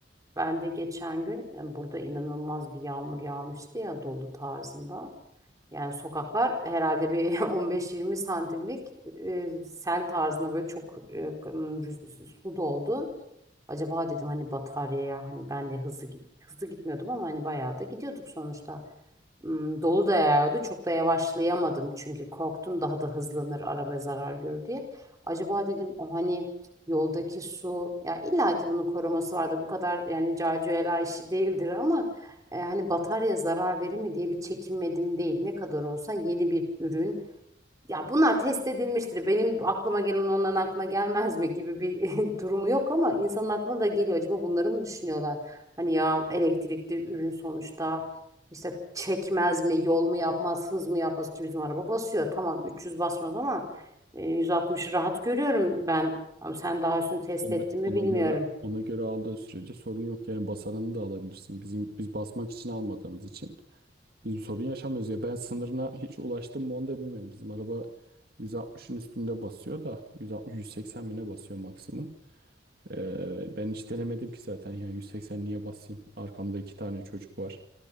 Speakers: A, on the right; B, on the right.
A: ben de geçen gün e, burada inanılmaz bir yağmur yağmıştı ya dolu tarzında. Yani sokaklar herhalde bir <laughs> 15-20 santimlik e, sel tarzında böyle çok e, rüz- su doldu. Acaba dedim hani bataryaya hani ben de hızlı git hızlı gitmiyordum ama hani bayağı da gidiyorduk sonuçta. Hmm, dolu da yağıyordu. Çok da yavaşlayamadım çünkü korktum daha da hızlanır arabaya zarar görür diye. Acaba dedim o hani yoldaki su ya illa ki bunun koruması vardır. Bu kadar yani calcuela işi değildir ama e, hani bataryaya zarar verir mi diye bir çekinmedim değil. Ne kadar olsa yeni bir ürün ya bunlar test edilmiştir. Benim aklıma gelen onların aklına gelmez mi gibi bir <laughs> durumu yok ama insanın aklına da geliyor. Acaba bunları mı düşünüyorlar? Hani ya elektrikli ürün sonuçta işte çekmez mi, yol mu yapmaz, hız mı yapmaz ki bizim araba basıyor. Tamam 300 basmaz ama e, 160'ı rahat görüyorum ben. Ama sen daha üstünü test
B: Ona,
A: ettin mi
B: ona
A: bilmiyorum.
B: göre ona göre aldığı sürece sorun yok yani basanını da alabilirsin. Bizim biz basmak için almadığımız için biz sorun yaşamıyoruz ya. Ben sınırına hiç ulaştım mı onu da bilmiyorum. Bizim araba 160'ın üstünde basıyor da 160 180 bine basıyor maksimum. Ee, ben hiç denemedim ki zaten ya 180 niye basayım? Arkamda iki tane çocuk var.